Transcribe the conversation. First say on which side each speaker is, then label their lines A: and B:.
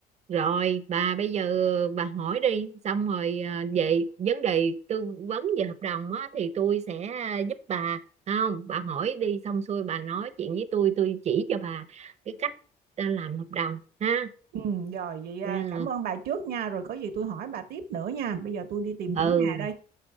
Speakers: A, on the right; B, on the right.
A: rồi bà bây giờ bà hỏi đi xong rồi à, về vấn đề tư vấn về hợp đồng á, thì tôi sẽ giúp bà không bà hỏi đi xong xuôi bà nói chuyện với tôi tôi chỉ cho bà cái cách à, làm hợp đồng ha
B: Ừ, rồi vậy à,
A: Yeah.
B: cảm ơn bà trước nha, rồi có gì tôi hỏi bà tiếp nữa nha. Bây giờ tôi đi tìm
A: ừ
B: chủ nhà đây.